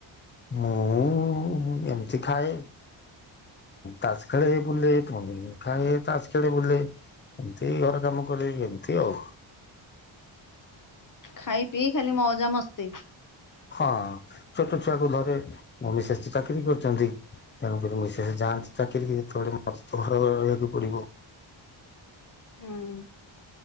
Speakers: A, on the left (about 25°); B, on the left (about 40°).
A: ମୁଁ ଏମିତି ଖାଏ, ତାସ୍ ଖେଳେ ବୁଲେ, ପୁଣି ଖାଏ ତାସ୍ ଖେଳେ। ବୁଲେ ଏମିତି ଘର କାମ କରେ ଏମିତି ଆଉ।
B: <inaudible> ଖାଇ ପିଇ ଖାଲି ମଜା ମସ୍ତି।
A: ହଁ ଛୋଟ ଛୁଆକୁ ଧରେ, ମମି ସେ ତ ଚାକିରି କରିୁଛନ୍ତି, ତେଣୁକରି ମୁ ସେ ଚାକିରି ଯେତେବେଳେ <inaudible> ଘରେ ରହିବାକୁ ପଡିବ।
B: <inaudible> ହୁଁ